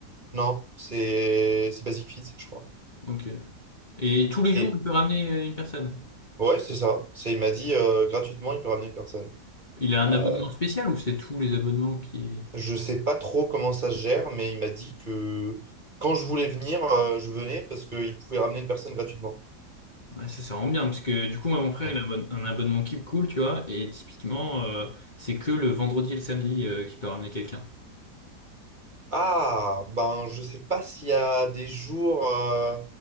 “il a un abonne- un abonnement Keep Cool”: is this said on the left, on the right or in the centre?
Left